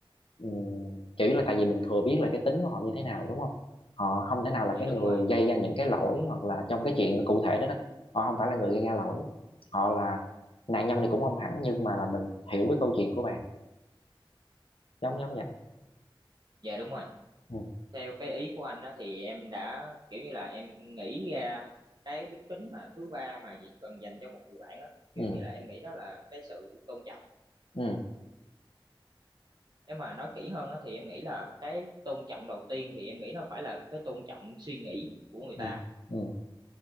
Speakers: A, on the left; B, on the right.
A: Ừm, chủ yếu là tại vì mình thừa biết là cái tính của họ như thế nào đúng không họ không thể nào là
B: dạ
A: cái
B: đúng
A: người
B: rồi
A: gây ra những cái lỗi hoặc là trong cái chuyện cụ thể đó đó họ không phải là người gây ra lỗi họ là nạn nhân thì cũng không hẳn nhưng mà là mình hiểu cái câu chuyện của bạn giống giống vậy
B: dạ đúng rồi
A: ừ
B: theo cái ý của anh á thì em đã kiểu như là em nghĩ ra cái đức tính mà thứ ba mà Việt cần dành cho một người bạn á kiểu
A: ừ
B: như là em nghĩ đó là cái sự tôn trọng
A: ừ
B: nếu mà nói kỹ hơn á thì em nghĩ là cái tôn trọng đầu tiên thì em nghĩ nó phải là cái tôn trọng suy nghĩ của người
A: ừ
B: ta
A: ừ